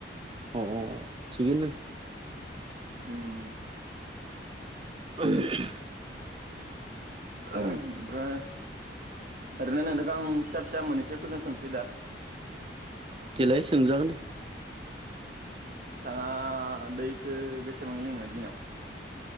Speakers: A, on the right (about 30°); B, on the right (about 45°).
A: अ औ थिगैनो।
B: उम उम।
A: <unintelligible>
B: <unintelligible> ओमफ्राय ओरैनो नोंथां आं फिसा फिसा मोनैसो कुइसन सोंसै दा।
A: लाय सोंजागोन दे।
B: नोंथाङा दैखो बेसेबां लोङो दिनाव?